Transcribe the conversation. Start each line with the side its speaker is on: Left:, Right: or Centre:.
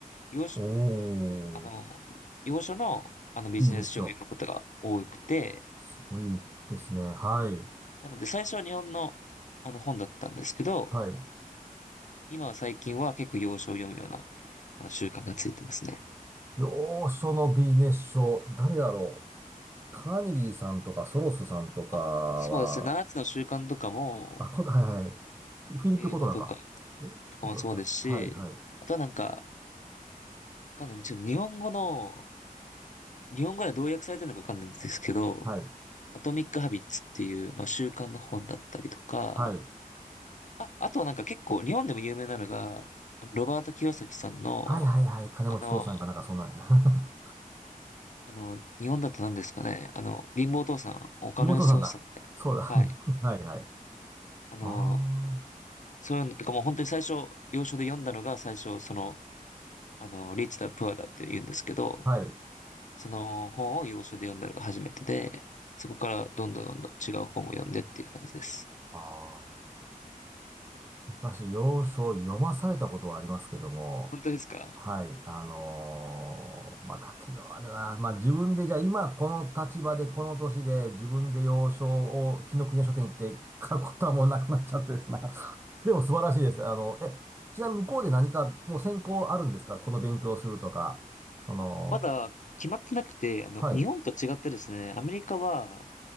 Left: 洋書、
Right: おー、
Left: あの、洋書の、あのビジネス書を読むことが多くて、
Right: ビジネス書。すごいですね。はい。
Left: なので最初は日本の、あの本だったんですけど、
Right: はい。
Left: 今は最近は結構洋書を読むような、あの習慣がついてますね。
Right: 洋書のビジネス書。誰だろう。カーネギーさんとか、ソロスさんとかは、
Left: あ、そうですね。7つの習慣とかも、
Right: あ、こ、はいはいはい。フィリップ・
Left: 英語とか、
Right: コトラか。えコトラちゃう。
Left: とかもそうですし、
Right: はい、はい、
Left: あとはなんか、わかんない。ちょっと日本語の、日本語ではどう訳されてるのかわかんないんですけど、
Right: はい、
Left: アトミック・ハビッツっていう、まあ、習慣の本だったりとか、
Right: はい。
Left: あ、あとはなんか結構日本でも有名なのが、ロバート清崎さんの、
Right: はい、はい、はい。金持ち父さんかなんか、
Left: あの、
Right: そんなんですね。
Left: あの、日本だと何ですかね、あの、貧乏お父さん、お金持ちおじさんみたいな。
Right: <laughs> 妹さんだ。そうだ、<laughs> 妹さん。
Left: はい。
Right: はい、はい。
Left: あの、
Right: あ
Left: そういうのとかもう本当に最初、要所で読んだのが最初、その、あの、リッチだ、プアだって言うんですけど、
Right: あ、はい。
Left: その本を要所で読んだのが初めてで、そこからどんどんどんどん違う本も読んでっていう感じです。
Right: ああ。昔、洋書を読まされたことはありますけども、
Left: 本当ですか
Right: はい、あのーまあ、だけどあれだな、まあ、自分でじゃあ今この立場でこの年で自分で洋書を紀伊国屋書店行って買うことはもうなくなっちゃってですな。<laughs> でも素晴らしいです。あの、え、ちなみに向こうで何かもう専攻あるんですかこの勉強をするとか。その、
Left: あまだ決まってなくて、あの、
Right: はい。
Left: 日本と違ってですね、アメリカは、